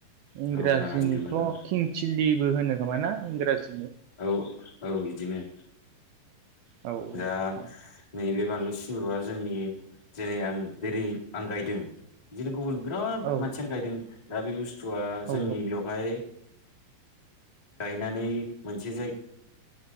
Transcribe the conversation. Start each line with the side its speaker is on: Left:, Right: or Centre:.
Right: इंराजिनिथ
Left: औ नागा सिलिबो होनो
Right: किंथिलि। होनो खोमा ना इंराजि।
Left: औ औ बिदिनो।
Right: औ
Left: जा
Right: औ
Left: नै बे बानलु सिब्रआ जोंनि जेरै आं दिनै आं गायदों बिदिनो गुबुन बिराद
Right: औ
Left: मानसियानो गायदों दा बे बुस्थुआ
Right: औ
Left: जोंनि बेवहाय गायनानै मोनसे जायगा